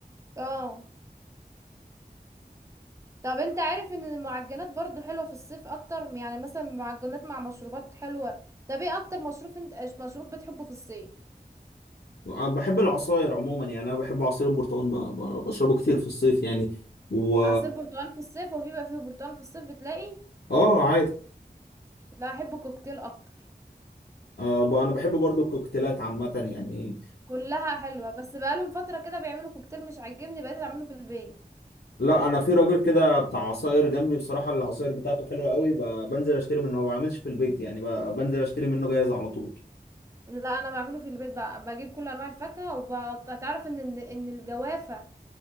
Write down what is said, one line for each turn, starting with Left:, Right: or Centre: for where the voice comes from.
Right: اه طب انت عارف ان المعجنات برضو حلوه في الصيف اكتر يعني مثلا معجنات مع مشروبات حلوه طب ايه اكتر مشروب انت اش- مشروب بتحبه في الصيف
Left: أنا بحب العصاير عموما يعني انا بحب عصير البرتقال ب- ب- بشربه كتير في الصيف يعني و
Right: عصير برتقال في الصيف وفي بقى فيه برتقال في الصيف بتلاقي
Left: اه عادي
Right: لا احب الكوكتيل اكتر
Left: آه، ب- انا بحب برضو الكوكتيلات عامه يعني
Right: كلها حلوه بس بقالهم فتره كده بيعملوا كوكتيل مش عاجبني بقيت اعمله في البيت
Left: لا انا في راجل كده بتاع عصاير جنبي بصراحه العصاير بتاعته حلوه قوي ب- بنزل اشتري منه ما بعملش في البيت يعني ب- بنزل اشتري منه جاهز على طول
Right: لا انا بعمله في البيت بقى بجيب كل انواع الفاكهه وبقطع تعرف ان ان إن الجوافه